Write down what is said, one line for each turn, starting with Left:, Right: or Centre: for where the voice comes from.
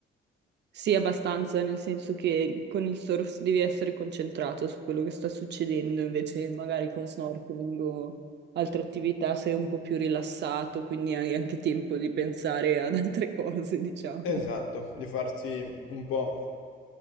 Right: Sì, abbastanza, nel senso che con il surf devi essere concentrato su quello che sta succedendo, invece magari con snorkeling o altre attività sei un po' più rilassato, quindi hai anche tempo di pensare ad altre <laughs> cose, diciamo.
Left: Esatto, di farsi un po'